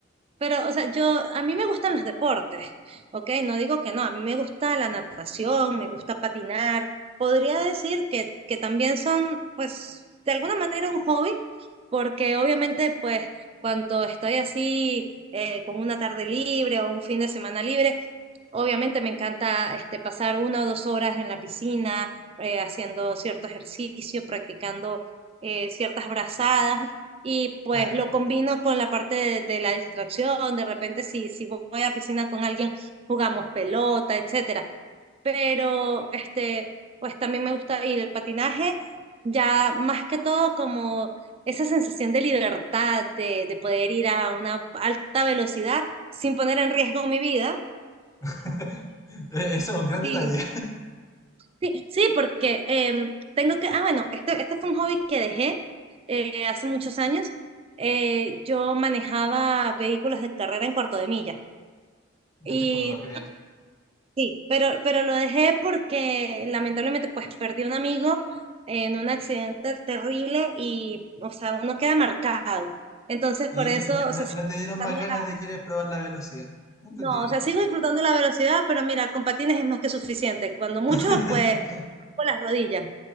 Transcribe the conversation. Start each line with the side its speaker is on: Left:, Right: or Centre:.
Right: pero, o sea, yo, a mí me gustan los deportes, ¿ok? No digo que no, a mí me gusta la natación, me gusta patinar. Podría decir que, que también son, pues, de alguna manera un hobby, porque obviamente, pues, cuando estoy así, eh, con una tarde libre o un fin de semana libre, Obviamente me encanta este, pasar una o dos horas en la piscina, eh, haciendo cierto ejercicio, practicando eh, ciertas brazadas y pues
Left: Claro,
Right: lo combino con la parte de, de la distracción. De repente si, si voy a piscina con alguien, jugamos pelota, etcétera. Pero este, pues también me gusta ir el patinaje, ya más que todo como esa sensación de libertad, de, de poder ir a una alta velocidad sin poner en riesgo mi vida
Left: <laughs> eso es un
Right: Sí,
Left: gran detalle.
Right: sí, sí, porque em, tengo que, ah, bueno, este, este fue un hobby que dejé eh, hace muchos años. Eh, yo manejaba vehículos de carrera en cuarto de milla.
Left: No
Right: Y
Left: te puedo creer.
Right: sí, pero, pero lo dejé porque lamentablemente pues perdí un amigo en un accidente terrible y, o sea, uno queda marcado. Entonces, por
Left: Y n-
Right: eso,
Left: n- n-
Right: o sea,
Left: no
Right: sigo
Left: no te
Right: disfrutando
Left: dieron más ganas
Right: la,
Left: de querer probar la velocidad. Entendible.
Right: no, o sea, sigo disfrutando la velocidad, pero mira, con patines es más que suficiente. Cuando mucho,
Left: <laughs>
Right: pues, con las rodillas.